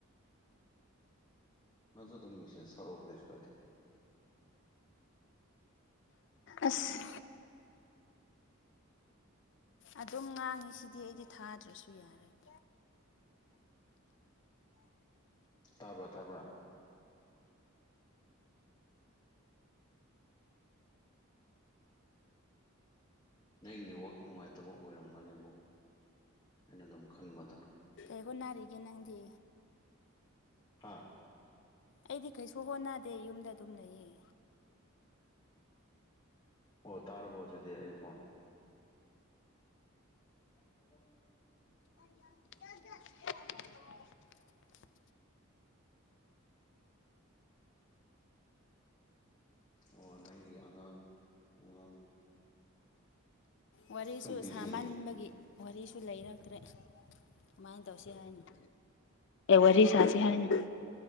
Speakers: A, on the left; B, on the left.
A: ꯅꯪꯁꯨ ꯑꯗꯨꯝ ꯃꯤꯁꯦꯁ ꯊꯔꯛ ꯎ ꯀꯩꯁꯨ ꯀꯥꯏꯗꯦ
B: ꯑꯁ ꯑꯗꯨꯝ ꯉꯥꯡꯉꯤ ꯁꯤꯗꯤ ꯑꯩꯗꯤ ꯊꯥꯗ꯭ꯔꯁꯨ ꯌꯥꯔꯒꯦ
A: ꯇꯥꯕ꯭ꯔꯥ ꯇꯥꯕ꯭ꯔꯥ ꯅꯩ ꯅꯦꯠ ꯋꯥꯛ ꯅꯨꯡꯉꯥꯏꯇꯕ ꯑꯣꯏꯔꯝꯒꯅꯦꯕꯣ ꯑꯩꯅ ꯑꯗꯨꯝ ꯈꯟꯕꯗ
B: ꯑꯩ ꯍꯣꯠꯅꯔꯤꯒꯦ ꯅꯪꯗꯤ
A: ꯍꯥ
B: ꯑꯩꯗꯤ ꯀꯩꯁꯨ ꯍꯣꯠꯅꯗꯦ ꯌꯨꯝꯗ ꯑꯗꯨꯝ ꯂꯩꯌꯦ
A: ꯑꯣ ꯇꯥꯔ꯭ꯕꯣ ꯍꯧꯖꯤꯛꯗꯤ ꯑꯩ ꯈꯣꯟ <unintelligible>
B: <unintelligible>
A: ꯑꯣ
B: <inaudible>
A: ꯅꯪꯒꯤ ꯑꯉꯥꯡ ꯑꯉꯥꯡ
B: ꯋꯥꯔꯤꯁꯨ
A: ꯈꯪꯗꯦꯍꯦ
B: ꯁꯥꯃꯟꯕꯒꯤ ꯋꯥꯔꯤꯁꯨ ꯂꯩꯔꯛꯇ꯭ꯔꯦ ꯀꯃꯥꯏ ꯇꯧꯁꯤ ꯍꯥꯏꯅ ꯑꯦ ꯋꯥꯔꯤ ꯁꯥꯁꯤ ꯍꯥꯏꯅ